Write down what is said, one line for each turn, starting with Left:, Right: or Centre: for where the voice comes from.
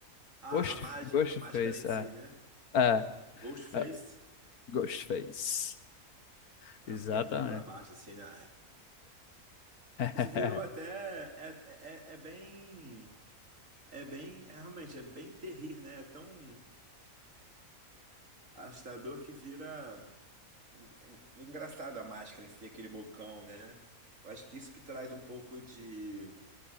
Right: Ah,
Left: Ghost,
Right: a mágica,
Left: Ghostface,
Right: a máscara em si,
Left: é.
Right: né?
Left: É,
Right: Ghostface.
Left: é, Ghostface.
Right: Ah,
Left: Exatamente.
Right: porque é meio pra baixo, assim, né?
Left: <laughs>
Right: Isso virou até. É, é, é é bem. É bem. é, realmente, é bem terrir, né? É tão Assustador que vira en- engraçado a máscara em si, aquele bocão, né? Eu acho que isso que traz um pouco de,